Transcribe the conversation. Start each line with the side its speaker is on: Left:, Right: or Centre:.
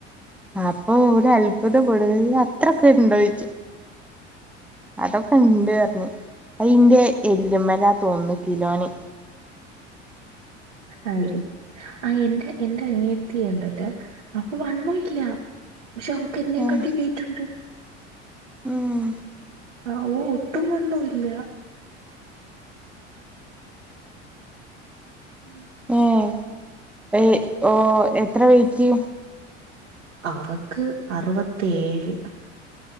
Centre: അപ്പോ ഓര് അത്ഭുതപ്പെടും യ്യ് അത്രോക്കെണ്ടോ ചോയ്ച്ചും അതൊക്കെണ്ട് പറഞ്ഞ് അത് ഇന്റെ എല്ലുമലാ തോന്നുന്നു കിലോന്
Right: ആയിരിക്കും ആഹ് എന്റെ എന്റെ അനിയത്തിയിണ്ട് ട്ടോ ആഹ് വണ്ണം ഇല്ല പക്ഷേ അവക്ക് എന്നെകാട്ടി
Centre: ഉം
Right: വെയിറ്റ്ണ്ട്
Centre: ഉം
Right: ആഹ് ഓ ഒട്ടും വെള്ളം ഇല്ല. ഉം
Centre: ഏഹ് ഏഹ് ഓ എത്ര വെയിറ്റ്
Right: അവക്ക് അറുപത്തേഴ്